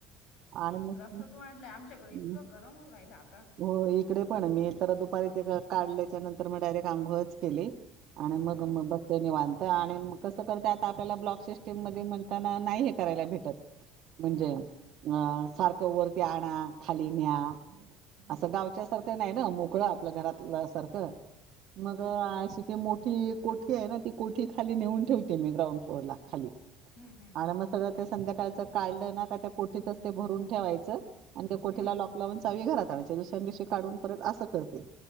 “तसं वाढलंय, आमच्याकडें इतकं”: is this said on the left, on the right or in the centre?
Left